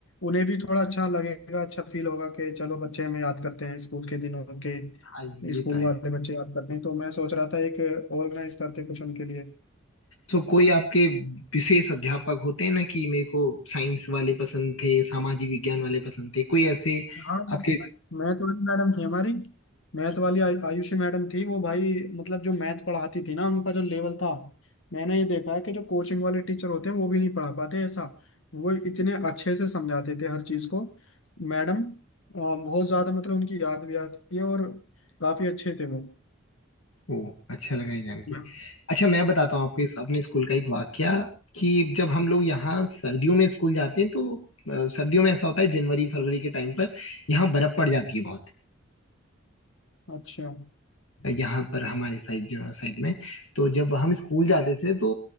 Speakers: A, on the left (about 65°); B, on the left (about 85°).
A: उन्हें भी थोड़ा अच्छा लगेगा अच्छा फील होगा कि चलो बच्चे हमें याद करते हैं स्कूल के दिनों के
B: हाँ ये
A: स्कूल
B: तो है
A: वाले बच्चे याद करते हैं तो मैं सोच रहा था एक ऑर्गेनाइज करते कुछ उनके लिए
B: सो कोई आपके विशेष अध्यापक होते हैं ना कि मेरे को साइंस वाले पसंद थे सामाजिक विज्ञान वाले पसंद थे कोई ऐसे
A: हाँ मैथ
B: आपके
A: वाली मैडम थी हमारी मैथ वाली आयु- आयुषी मैडम थी वो भाई मतलब जो मैथ पढ़ाती थी ना उनका जो लेवल था मैंने ये देखा है कि जो कोचिंग वाले टीचर होते हैं वो भी नहीं पढ़ा पाते ऐसा वो इतने अच्छे से समझाते थे हर चीज को मैडम अ, बहुत ज्यादा मतलब उनकी याद भी आती है और काफी अच्छे थे वो
B: ओ अच्छा लगा ये जान के
A: मैं-
B: अच्छा मैं बताता हूँ आपको इस अपने स्कूल का एक वाकया कि जब हम लोग यहाँ सर्दियों में स्कूल जाते हैं तो अ, सर्दियों में ऐसा होता है जनवरी फरवरी के टाइम पर यहाँ बर्फ पड़ जाती है बहुत
A: अच्छा
B: यहाँ पर हमारे साइड साइड में तो जब हम स्कूल जाते थे तो